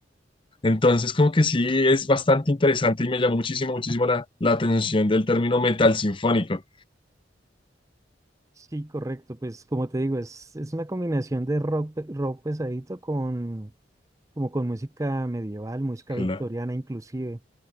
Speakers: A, on the left; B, on the right.
A: Entonces, como que sí, es bastante interesante y me llamó muchísimo, muchísimo la, la atención del término metal sinfónico.
B: Sí, correcto. Pues como te digo, es, es una combinación de rock, pe- rock pesadito con, como con música medieval, música
A: Claro.
B: victoriana inclusive.